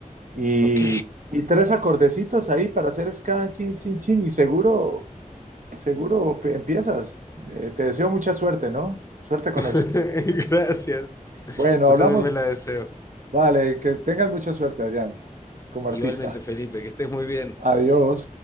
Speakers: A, on the right (about 70°); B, on the left (about 20°).
A: y,
B: Ok,
A: y tres acordecitos ahí para hacer ska, chin, chin, chin, y seguro, seguro empiezas. Eh, te deseo mucha suerte, ¿no? Suerte
B: <laughs>
A: con
B: gracias.
A: eso. Bueno,
B: Yo
A: hablamos.
B: también me la deseo.
A: Vale, que tengas mucha suerte, Adrián, como artista.
B: Igualmente, Felipe, que estés muy bien.
A: Adiós.